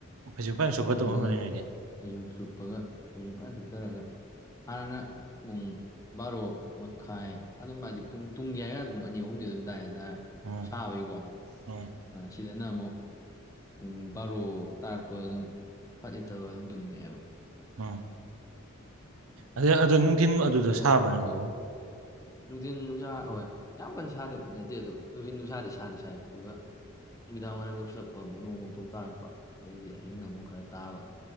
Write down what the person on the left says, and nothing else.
ꯍꯧꯖꯤꯛ
ꯑꯗꯨꯝ
ꯑꯌꯨꯛ ꯁꯨꯞꯄꯒ ꯑꯌꯨꯛ ꯐ ꯁꯨꯞꯊꯔꯒ ꯍꯥꯟꯅꯅ ꯄꯨꯡ ꯕꯥꯔꯣ ꯃꯈꯥꯏ ꯑꯗꯨꯝ ꯍꯥꯏꯗꯤ ꯄꯨꯡ ꯇꯨꯡꯒꯤ ꯍꯥꯏꯀꯥꯟꯗ ꯄꯨꯡ ꯑꯅꯤ ꯑꯍꯨꯝꯗꯤ ꯑꯗꯨꯝ ꯇꯥꯏ ꯍꯥꯏꯇꯥꯔꯦ
ꯁꯥꯕꯩꯀꯣ
ꯁꯤꯗꯅ ꯑꯃꯨꯛ ꯄꯨꯡ ꯕꯥꯔꯣ ꯇꯥꯔꯛꯄ ꯑꯗꯨꯝ ꯐꯠ ꯍꯦꯞꯇꯕ ꯑꯗꯨꯝ ꯇꯨꯡꯅꯤꯡꯉꯛꯑꯦꯕ
ꯅꯨꯡꯊꯤꯟꯜ ꯅꯨꯡꯁꯥ ꯍꯣꯏ ꯌꯥꯝ ꯀꯟꯅ ꯁꯥꯗꯕꯗꯤ ꯅꯠꯇꯦ ꯑꯗꯨ ꯅꯨꯡꯊꯤꯟ ꯅꯨꯡꯁꯥꯗꯤ ꯁꯥꯗꯤ ꯁꯥꯏ ꯑꯗꯨꯒ ꯅꯨꯃꯤꯗꯥꯡ ꯋꯥꯏꯔꯝ ꯌꯧꯁꯤꯜꯂꯛꯄ ꯑꯃꯨꯛ ꯅꯣꯡ ꯃꯣꯛꯊꯣꯛ ꯇꯥꯔꯛꯄ ꯑꯗꯗꯒꯤꯗꯤ ꯑꯍꯤꯡꯗ ꯑꯃꯨꯛ ꯈꯔ ꯇꯥꯕ